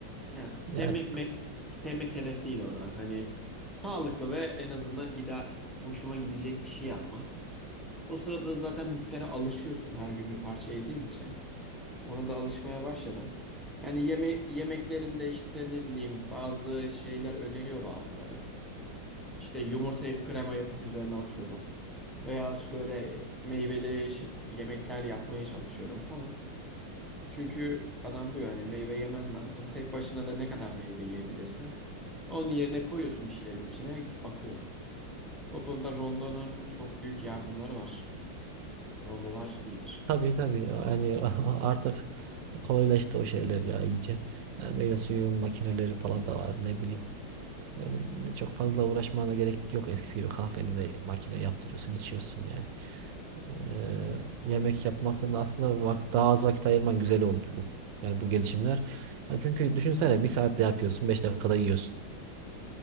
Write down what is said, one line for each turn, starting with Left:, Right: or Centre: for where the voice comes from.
Centre: Ya sevmek
Right: Yani
Centre: me sevmek hedef değil orada. Hani sağlıklı ve en azından ida hoşuma gidecek bir şey yapmak. O sırada zaten bitlere alışıyorsun her gün bir parça yediğim için. Ona da alışmaya başladım. Yani yeme yemeklerimde işte ne bileyim bazı şeyler öneriyor bazıları. İşte yumurtayı krema yapıp üzerine atıyorum. Veya böyle meyveli ş- yemekler yapmaya çalışıyorum falan. Çünkü adam diyor hani meyve yemen lazım. Tek başına da ne kadar meyve yiyebilirsin. Onun yerine koyuyorsun bir şeylerin içine akıyor. O konuda rondonun çok büyük yardımları var. Rondolar iyidir.
Right: tabii tabii yani <laughs> artık kolaylaştı o şeyler ya iyice. Yani meyve suyu makineleri falan da var ne bileyim. Yani çok fazla uğraşmana gerek yok. Eskisi gibi kahveni de makine yaptırıyorsun, içiyorsun yani. Ee, yemek yapmakın aslında vak daha az vakit ayırman güzel oldu bu. Yani bu gelişimler. Yani çünkü düşünsene bir saatte yapıyorsun, beş dakikada yiyorsun.